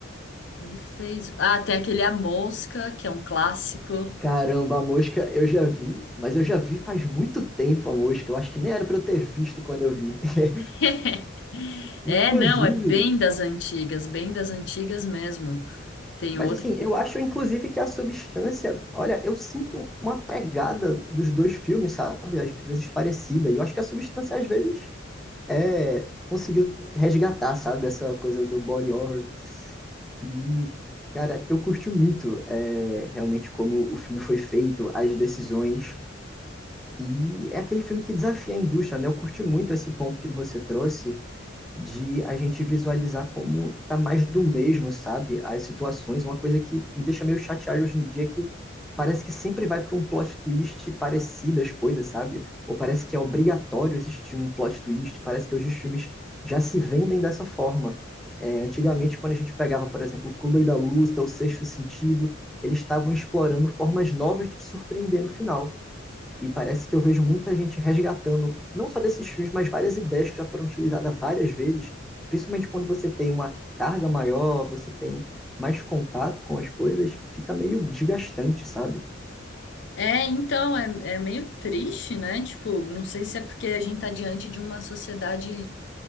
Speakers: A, on the left (about 65°); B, in the centre.
A: Ele fez. Ah, tem aquele A Mosca, que é um clássico.
B: Caramba, a mosca eu já vi, mas eu já vi faz muito tempo a mosca. Eu acho que nem era pra eu ter visto quando eu vi. <laughs>
A: <laughs>
B: Inclusive,
A: É, não, é bem das antigas, bem das antigas mesmo. Tem
B: mas
A: outro
B: assim,
A: que.
B: eu acho inclusive que a substância, olha, eu sinto uma pegada dos dois filmes, sabe? Às vezes parecida. E eu acho que a substância às vezes é conseguiu resgatar, sabe? Essa coisa do body horror. E cara, eu curti muito é, realmente como o filme foi feito, as decisões E é aquele filme que desafia a indústria, né? Eu curti muito esse ponto que você trouxe de a gente visualizar como tá mais do mesmo, sabe? As situações, uma coisa que me deixa meio chateado hoje em dia é que parece que sempre vai para um plot twist parecido as coisas, sabe? Ou parece que é obrigatório existir um plot twist, parece que hoje os filmes já se vendem dessa forma. É, antigamente, quando a gente pegava, por exemplo, Clube da Luta, O Sexto Sentido, eles estavam explorando formas novas de te surpreender no final. E parece que eu vejo muita gente resgatando, não só desses filmes, mas várias ideias que já foram utilizadas várias vezes. Principalmente quando você tem uma carga maior, você tem mais contato com as coisas, fica meio desgastante, sabe?
A: É, então, é, é meio triste, né? Tipo, não sei se é porque a gente tá diante de uma sociedade.